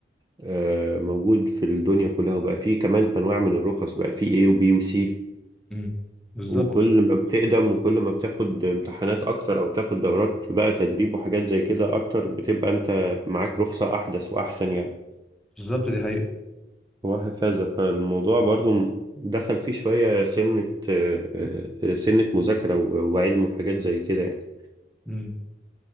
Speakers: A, on the right; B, in the centre.
A: آه، موجود في الدنيا كلها وبقى فيه كمان أنواع من الرخص بقى فيه A وبي وسي
B: امم بالظبط
A: وكل ما بتقدم وكل ما بتاخد امتحانات أكتر أو بتاخد دورات بقى تدريب وحاجات زي كده أكتر بتبقى أنت معاك رخصة أحدث وأحسن يعني
B: بالظبط دي حقيقة
A: وهكذا فالموضوع برضو م- دخل فيه شوية سنة آه، آه، سنة مذاكرة و- وعلم وحاجات زي كده يعني
B: امم